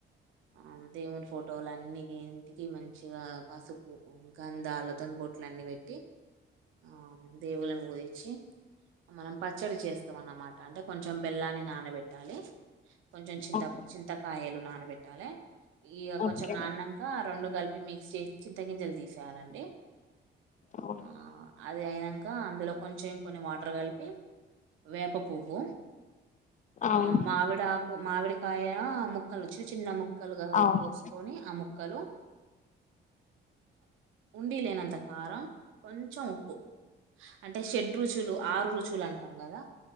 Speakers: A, on the right; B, on the left.
A: ఆ దేవుని ఫోటో ఫోటోలు అన్ని ఇంటికి మంచిగా పసుపు గంధాలతో బోట్లు అన్ని పెట్టి టి ఆ దేవులను ఊధించి మనం పచ్చడి చేస్తాం అనమాట అంటే కొంచెం బెల్లాన్ని నానబెట్టాలి కొంచెం చింత
B: ఓ-
A: చింతకాయలు నానబెట్టాలి ఇక
B: ఓకే
A: కొంచెం నాన్నాక రెండు కలిపి మిక్స్ చేసి చింతాగింజలు తీసేయాలండి
B: అవును
A: ఆ అది అయినాక అందులో కొంచం కొన్ని వాటర్ కలిపి వేప పోవ్వు
B: అవును
A: ఆ మామిడి ఆకు మామిడికాయ ఆ ముక్కలు చిన్న చిన్న ముక్కలుగా
B: అవును
A: పోసుకొని ఆ ముక్కలు ఉండీ లేనంత కారం. కొంచం ఉప్పు అంటే షెడ్ రుచులు ఆరు రుచులు అంటాం కదా.